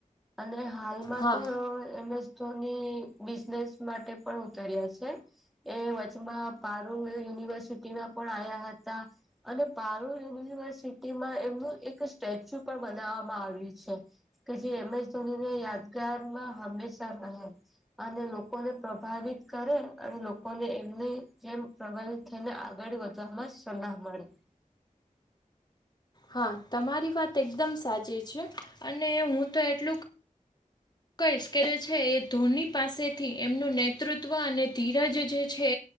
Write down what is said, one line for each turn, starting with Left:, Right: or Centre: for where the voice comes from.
Centre: અને હાલમાં
Left: હા
Centre: તો એમ એસ ધોની બી ઝનેસ માટે પણ ઉતર્યા છે એ વચમાં પારુલ યુનિવર્સિટીમાં પણ આવ્યા હતા અને પારૂલ યુનિવર્સિટીમાં એમનું એક સ્ટેચ્યુ પણ બનાવામાં આવ્યું છે કે જે એમએસ ધોનીને યાદગારમાં હંમેશા રહે. અને લોકોને પ્રભાવિત કરે અને લોકોને એમને જેમ પ્રભાવિત થઈને આગળ વધે <unintelligible> મળી.
Left: હા તમારી વાત એકદમ સાચી છે અને હું તો એટલુંક કહીશ કે જે છે એ ધોની પાસેથી એમનું નેતૃત્વ અને ધીરજ જે છે.